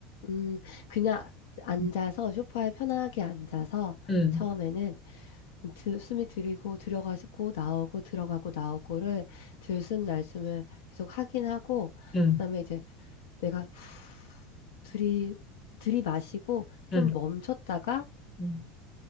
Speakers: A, on the left (about 70°); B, on the left (about 25°).
A: 음, 그냥 앉아서
B: <laughs>
A: 소파에 편하게 앉아서
B: 음,
A: 처음에는 드, 숨이 들이고 들어가고 나오고 들어가고 나오고를 들숨 날숨을 계속 하긴 하고
B: 음,
A: 그다음에 이제 내가 후, 들이 들이마시고 좀
B: 음,
A: 멈췄다가
B: 음,